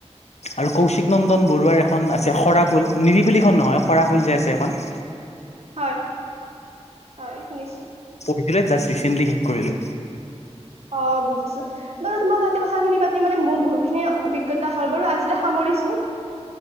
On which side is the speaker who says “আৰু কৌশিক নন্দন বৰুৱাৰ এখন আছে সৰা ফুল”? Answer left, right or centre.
Left